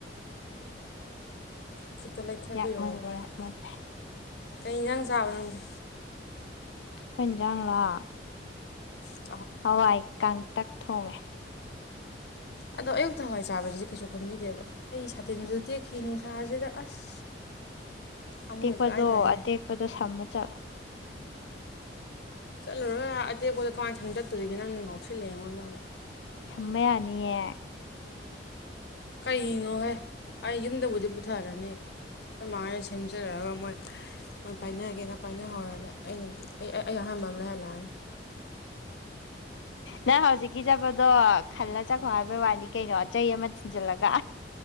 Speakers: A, on the left; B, on the left.
A: ꯈꯤꯇ ꯂꯩꯊꯕꯤꯔꯛꯑꯣꯕꯥꯅ
B: ꯌꯥꯛꯃꯜꯂꯦ ꯌꯥꯛꯃꯜꯂꯦ
A: ꯀꯩ ꯌꯦꯟꯁꯥꯡ ꯆꯥꯕ ꯅꯪꯗꯤ
B: ꯈꯣꯏ ꯏꯟꯖꯥꯡꯂꯥ
A: ꯎꯝ
B: ꯍꯋꯥꯏ ꯀꯥꯡꯇꯛ ꯊꯣꯡꯉꯦ
A: ꯑꯗꯣ ꯑꯌꯨꯛꯇ ꯍꯋꯥꯏ ꯆꯥꯕꯁꯤꯗꯤ ꯀꯩꯁꯨ ꯈꯟꯕꯤꯗꯦꯕ ꯑꯩ ꯁꯥꯇꯤꯟꯁꯨ
B: ꯎꯝ
A: ꯇꯦꯛꯈꯤ ꯅꯨꯡ ꯁꯥꯖꯤꯗ ꯑꯁ ꯊꯃꯣꯏ
B: ꯑꯇꯦꯛꯄꯗꯣ
A: ꯀꯥꯏꯗꯣꯔꯦꯍꯦ
B: ꯑꯇꯦꯛꯄꯗꯣ ꯁꯝꯃ ꯆꯠꯂꯣ
A: ꯆꯠꯂꯔꯣꯏ ꯑꯇꯦꯛꯄꯣꯗ ꯀꯃꯥꯏꯅ ꯁꯝꯃ ꯆꯠꯇꯣꯏꯒꯦ ꯅꯪꯅ ꯉꯥꯎꯁꯤꯜꯂꯛꯑꯦ ꯑꯩꯉꯣꯟꯗ ꯑꯃꯨꯛ
B: ꯁꯝꯕ ꯌꯥꯅꯤꯌꯦ
A: ꯀꯔꯤꯅꯣꯍꯣꯏ ꯑꯩ ꯌꯨꯝꯗꯕꯨꯗꯤ ꯄꯨꯊꯔꯅꯤ ꯑꯩꯈꯣꯏ ꯃꯥꯃꯅ ꯁꯦꯝꯖꯔꯒ ꯃꯣꯏ ꯃꯣꯏ ꯄꯥꯏꯅꯒꯦꯅ ꯄꯥꯏꯅꯍꯧꯔꯅꯤ ꯑꯩꯅꯗꯤ ꯑꯩ ꯑꯩ ꯑꯍꯟꯕ ꯑꯃ ꯂꯩꯍꯜꯂꯛꯑꯅꯤ
B: ꯅꯪ ꯍꯧꯖꯤꯛꯀꯤ ꯆꯠꯄꯗꯣ ꯈꯜꯂ ꯆꯠꯈꯣ ꯍꯥꯏꯕꯩ ꯋꯥꯅꯤ ꯀꯩꯅꯣ ꯆꯩ ꯑꯃ ꯊꯤꯟꯖꯤꯜꯂꯒ